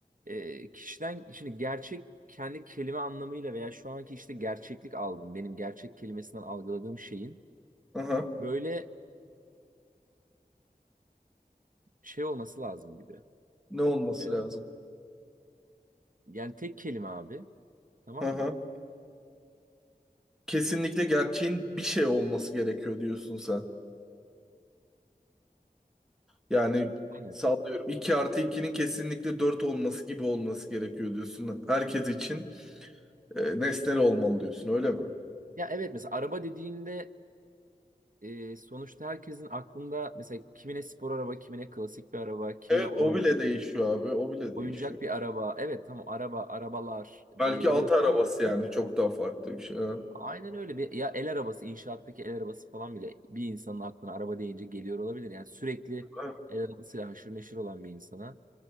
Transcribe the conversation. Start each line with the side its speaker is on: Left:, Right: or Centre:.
Right: e, kişiden şimdi gerçek kendi kelime anlamıyla veya şu anki işte gerçeklik algım benim gerçek kelimesinden algıladığım şeyin
Centre: Aha.
Right: böyle şey olması lazım gibi.
Centre: Ne olması
Right: E,
Centre: lazım?
Right: yani tek kelime abi tamam
Centre: Aha.
Right: mı?
Centre: Kesinlikle gerçeğin bir şey olması gerekiyor diyorsun sen. Yani
Right: Aynen.
Centre: sallıyorum 2 artı ikinin kesinlikle 4 olması gibi olması gerekiyor diyorsun. Herkes için e, nesnel olmalı diyorsun öyle mi?
Right: Ya evet mesela araba dediğinde e, sonuçta herkesin aklında mesela kimine spor araba, kimine klasik bir araba, kimine
Centre: Evet
Right: oyuncak,
Centre: o bile değişiyor abi o bile değişiyor.
Right: oyuncak bir araba. Evet tamam araba, arabalar
Centre: Belki
Right: diyebiliyorsun
Centre: at arabası
Right: ama
Centre: yani çok daha farklı bir şey. ha.
Right: aynen öyle bir ya el arabası, inşaattaki el arabası falan bile bir insanın aklına araba deyince geliyor olabilir. Yani sürekli
Centre: Evet.
Right: el arabasıyla haşır neşir olan bir insana.